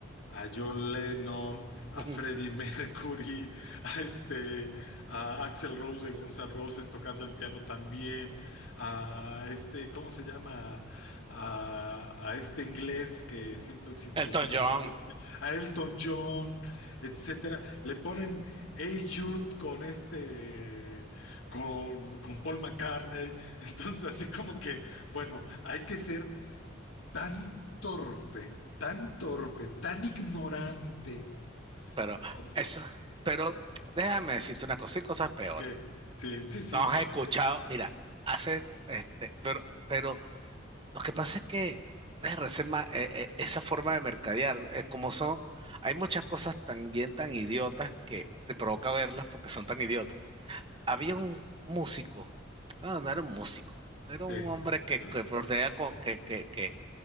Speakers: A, on the left (about 75°); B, on the right (about 25°).
A: a John Lennon, a
B: <laughs>
A: Freddie <laughs> Mercury, a este, a Axl Rose de Guns N' Roses tocando el piano también, a este, ¿cómo se llama? A, a este inglés que siempre usi-
B: Elton
A: utilizaba,
B: John.
A: la- a Elton John, etcétera. Le ponen Hey Jude con este, con, con Paul McCartney. <laughs> Entonces, así como que, bueno, hay que ser tan torpe, tan torpe, tan ignorante,
B: Pero
A: con...
B: eso, pero déjame decirte una cosa, y cosas peores.
A: que Sí, sí, sí,
B: Nos
A: bueno,
B: has escuchado, mira, hace, este, pero, pero lo que pasa es que verga, ese ma- eh, eh, esa forma de mercadear, eh, como son, hay muchas cosas también tan idiotas que te provoca verlas porque son tan idiotas. Había un músico, ah, no era un músico, era un
A: sí.
B: hombre que,
A: Ah,
B: que bordea con- que, que, que,